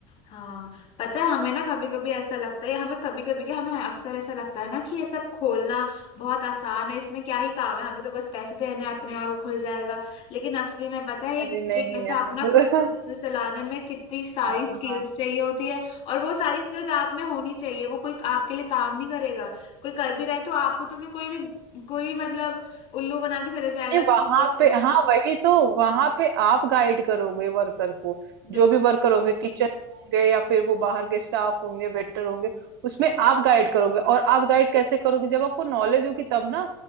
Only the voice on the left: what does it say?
हाँ पता है हमें ना कभी कभी ऐसा लगता है हमें कभी कभी क्या हमें अक्सर ऐसा लगता है ना कि ये सब खोलना बहुत आसान है इसमें क्या ही काम है हमें तो बस पैसे देने हैं अपने और वो खुल जाएगा लेकिन असली में पता है एक
एक ऐसा
अपना खुद का बिजनेस
चलाने में कितनी सारी
स्किल्स
चाहिए होती है और वो सारी स्किल्स आप में होनी चाहिए वो कोई आपके लिए काम नहीं करेगा कोई कर भी रहा है तो आपको तो फिर कोई भी कोई भी मतलब उल्लू बना के चले जाएगा
कि
ये सही
है वो सही
है।
बिल्कुल